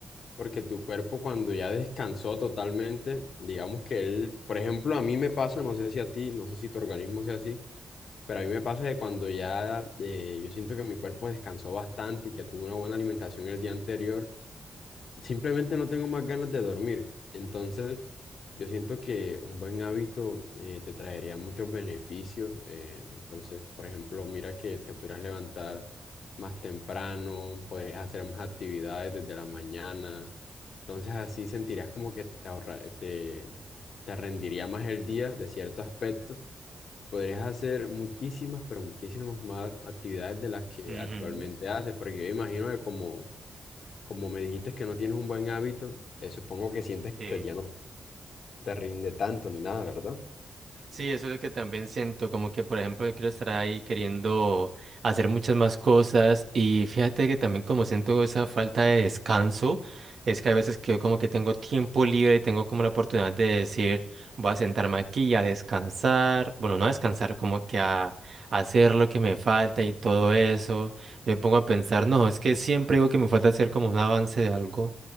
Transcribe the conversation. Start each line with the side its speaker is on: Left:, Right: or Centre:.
Left: porque tu cuerpo cuando ya descansó totalmente, digamos que él, por ejemplo, a mí me pasa, no sé si a ti, no sé si tu organismo sea así, pero a mí me pasa de cuando ya eh, yo siento que mi cuerpo descansó bastante y que tuvo una buena alimentación el día anterior, simplemente no tengo más ganas de dormir. Entonces... Yo siento que un buen hábito eh, te traería muchos beneficios. eh, entonces, por ejemplo, mira que te pudieras levantar más temprano, podrías hacer más actividades desde la mañana. Entonces, así sentirías como que te ahorra- te, te rendiría más el día de cierto aspecto. Podrías hacer muchísimas, pero muchísimas más actividades de las que
Right: Ujú,
Left: actualmente haces, porque yo imagino que como, como me dijiste que no tienes un buen hábito, eh, supongo que sientes
Right: Sí.
Left: que el día no te rinde tanto ni nada, ¿verdad?
Right: Sí, eso es lo que también siento, como que por ejemplo yo quiero estar ahí queriendo hacer muchas más cosas y fíjate que también como siento esa falta de descanso, es que a veces que yo como que tengo tiempo libre y tengo como la oportunidad de decir, voy a sentarme aquí a descansar, bueno, no a descansar, como que a, a hacer lo que me falta y todo eso, yo me pongo a pensar, no, es que siempre digo que me falta hacer como un avance de algo.